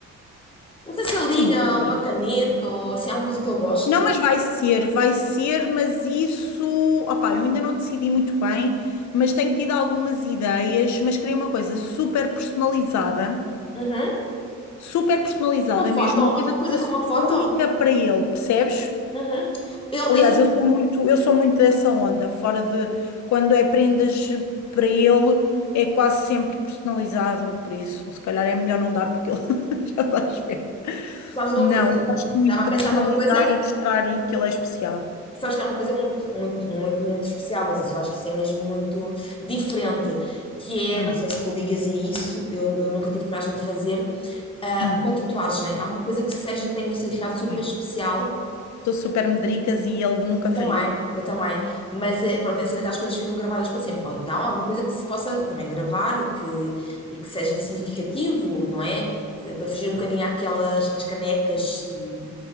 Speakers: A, on the left; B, on the left.
A: Não sei se ele liga
B: Sim, claro.
A: uma caneta ou se há uma coisa que ele goste.
B: Não, mas vai ser, vai ser, mas isso, opá, eu ainda não decidi muito bem, mas tenho tido algumas ideias, mas queria uma coisa super personalizada,
A: Uhum.
B: super personalizada
A: Uma foto,
B: mesmo,
A: alguma
B: uma coisa que
A: coisa
B: fosse
A: com uma foto.
B: única para ele, percebes?
A: Uhum. Ele,
B: Aliás,
A: ele tem,
B: eu sou muito, eu sou muito dessa onda, fora de quando é prendas para ele, é quase sempre personalizado, por isso, se calhar é melhor não dar porque ele <laughs> já está a ver.
A: sabes uma
B: Não,
A: coisa?
B: eu gosto muito
A: Estava
B: de
A: a pensar
B: personalizar
A: numa coisa, mas
B: e mostrar que ele é especial.
A: sabes que é uma coisa muito, muito, muito, muito especial, mas isso eu acho que isso é mesmo muito diferente, que é,
B: Hum,
A: não sei se tu ligas a isso, eu, eu nunca tive coragem de fazer, ah,
B: hum.
A: uma tatuagem, alguma coisa que seja, tenha um significado super
B: Ai,
A: especial,
B: Sou super medricas e ele nunca faria.
A: Também, eu também. Mas é, pronto, essa é daquelas coisas que ficam gravadas para sempre. Ou então alguma coisa que se possa também gravar e que, e que seja significativo, não é? Eh, Para fugir um bocadinho àquelas, às canecas e,